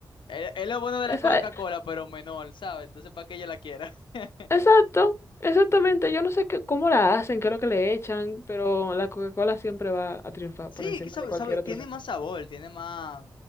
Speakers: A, on the left; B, on the left.
A: Es es lo bueno de
B: Esa,
A: la Coca-Cola, pero menor, ¿sabes? Entonces, ¿para que ella la quiera? <laughs>
B: exacto, exactamente. Yo no sé qué, cómo la hacen, qué es lo que le echan, pero la Coca-Cola siempre va a triunfar
A: Sí,
B: por encima
A: que sabe,
B: de cualquier
A: sabe, tiene
B: otro refresco.
A: más sabor, tiene más